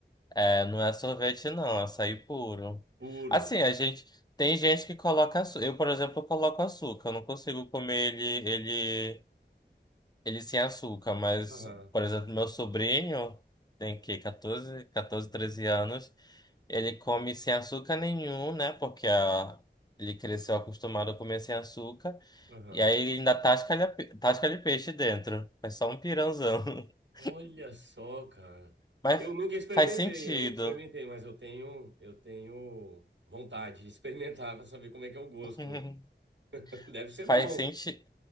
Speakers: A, on the left (about 20°); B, on the right (about 80°).
A: É, não é sorvete, não, é açaí puro.
B: Puro.
A: Assim,
B: E-
A: a gente. Tem gente que coloca açúcar. Eu, por exemplo, coloco açúcar. Eu não consigo comer ele, ele, ele sem açúcar. Mas,
B: Aham,
A: por exemplo, meu sobrinho tem que catorze, catorze 13 anos. Ele come sem açúcar nenhum, né? Porque a- ele cresceu acostumado a comer sem açúcar.
B: aham.
A: E aí ele ainda tasca-lhe a pe- tasca-lhe peixe dentro. Faz só um pirãozão. <laughs>
B: Olha só, cara.
A: Mas
B: Eu nunca experimentei,
A: faz sentido.
B: eu nunca experimentei, mas eu tenho, eu tenho vontade de <laughs> experimentar para saber como é que é o gosto,
A: <laughs>
B: né? <laughs> Deve ser
A: Faz
B: bom.
A: sentido.